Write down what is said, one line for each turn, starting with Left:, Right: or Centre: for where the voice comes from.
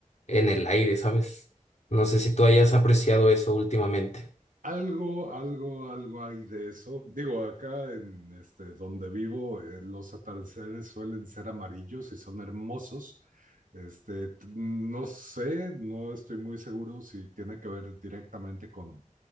Left: en el aire, ¿sabes? No sé si tú hayas apreciado eso últimamente.
Right: Algo, algo, algo hay de eso. Digo, acá en este, donde vivo, eh, los atardeceres suelen ser amarillos y son hermosos. Este, t- no sé, no estoy muy seguro si tiene que ver directamente con